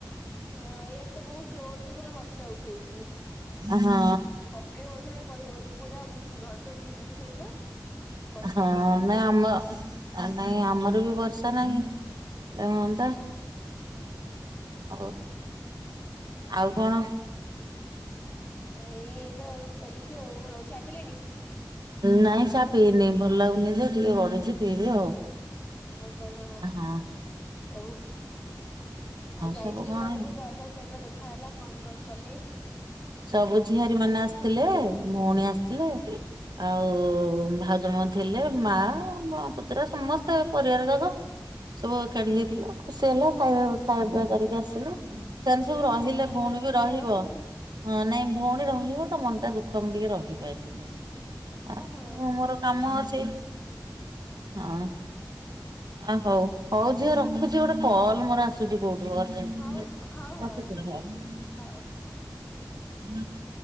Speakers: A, on the left; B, on the right.
A: ହଁ ଇଆଡେ ତ ବହୁତ ଜୋର ସେ ପୁରା ବର୍ଷା ଉଠେଇଛି।
B: ଆ ହଁ।
A: ପକେଇବ କି ନାଇଁ କହିହବନି ପୁରା ବି ଘଡଘଡି ବିଜୁଳି ସହିତ ବର୍ଷା
B: ହଁ
A: କଷିକି
B: ନାଇଁ
A: ଜୋରେ
B: ଆମ
A: ଉଠେଇଛି।
B: ଆ ନାଇଁ ଆମର ବି ବର୍ଷା ନାହିଁ। ହଅନ୍ତା। ଓ ହଉ, ଆଉ କଣ?
A: ଏଇ ଇଏ ତ ଚାଲିଛି ଆଉ, ଆଉ ଚା ପିଲେଣି?
B: ନାଇଁ ଚା ପିଇନି। ଭଲ ଲାଗୁନି ଯେ, ଟିକେ ଗଡୁଛି। ପିଇବି ଆଉ।
A: ଆଉ କଣ
B: ହଁ
A: ସବୁ? ଆଉ ଯାଇଥିଲେ
B: ସବୁ କଣ
A: ଘରକୁ, କାହା କାହା ସହିତ ଦେଖାହଲା, କଣ କଣ କଲେ?
B: ସବୁ ଝିଆରୀମାନେ ଆସିଥିଲେ, ଭଉଣୀ ଆସିଥିଲେ। ଆଉ ଭାଉଜମାନେ ଥିଲେ, ମା ପୁତୁରା ସମସ୍ତେ ପରିବାର ଯାକ। ସବୁ ଏକାଠି ହେଇଥିଲୁ। ଖୁସି ହେଲା, ଖାଇବାଖାଇବା ପିଇବା କରିକି ଆସିଲୁ। ସେମାନେ ସବୁ
A: ଗୋଟେ
B: ରହିଲେ,
A: ମଜା
B: ଭଉଣୀ
A: କରିଛନ୍ତି
B: ବି ରହିବ।
A: ଆଉ
B: ହଁ ନାଇଁ ଭଉଣୀ ରହିବ ତ, ମନ ଟା ଦୁଃଖ ମୁ ଟିକେ ରହିପାରିଲିନି। ଆଉ
A: ଓହୋ
B: ମୋର କାମ ଅଛି, ହଁ। ଆ ହଉ ହଉ ଝିଅ ରଖୁଛି ଗୋଟେ କଲ୍ ମୋର ଆସ କୋଉଠୁ
A: ହଉ
B: ଅରଜେଣ୍ଟ
A: ହଉ ହଉ
B: ଗୋଟେ
A: ଠିକ ଅଛି
B: ରଖୁଚି
A: ହଉ।
B: ହଉ।